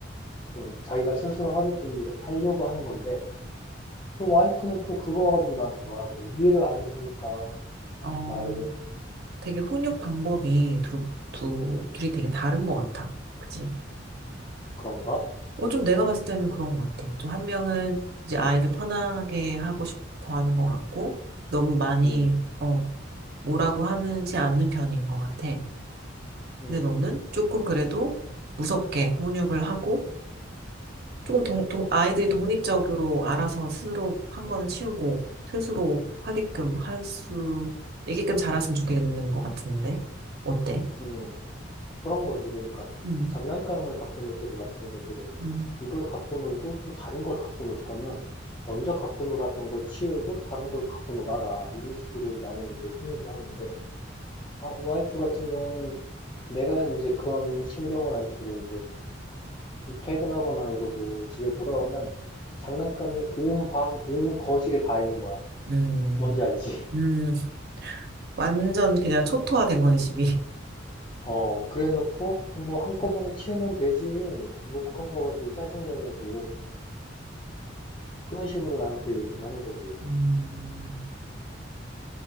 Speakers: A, on the left; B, on the right.
A: 좀 자기가 스스로 하게끔 이렇게 하려고 하는 건데, 또 와이프는 또 그거 가지고 나한테 뭐라 그래. 이해를 안 해주니까,
B: 어,
A: 나를.
B: 되게 훈육 방법이 두, 두, 둘이 되게 다른 것 같아. 그치?
A: 그런가?
B: 어, 좀 내가 봤을 때는 그런 것 같아. 좀 한 명은 이제 아이를 편하게 하고 싶어 하는 것 같고, 너무 많이,
A: 음,
B: 어, 뭐라고 하는지 않는 편인 것 같아.
A: 음,
B: 근데 너는 조금 그래도 무섭게 혼육을 하고, 조금
A: 음,
B: 동, 동- 아이들이 독립적으로 알아서 스스로 한 거는 치우고, 스스로 하게끔 할 수, 있게끔 자랐으면 좋겠는 것 같은데. 어때?
A: 음. 그런 거지. 그러니까,
B: 음,
A: 장난감을 갖고 놀 때도 마찬가지로,
B: 음,
A: 이걸 갖고 놀고 또 다른 걸 갖고 놀 거면, 먼저 갖고 놀았던 걸 치우고 다른 걸 갖고 놀아라. 이런 식으로 나는 이제 훈육을 하는데, 아, 와이프 같은 경우는 내가 이제 그런 신경을 안 쓰고, 이제, 퇴근하거나 이러고 집에 돌아오면 장난감이 온 방, 온 거실에 다 있는 거야.
B: 음,
A: 뭔지 알지? <laughs>
B: 음, 완전 그냥 초토화된 거네, 집이.
A: 어, 그래 놓고, 어, 뭐 한꺼번에 치우면 되지. 뭐 그런 거 가지고 짜증을 내냐고. 그런 식으로 나한테 얘기를 하는 거지.
B: 음.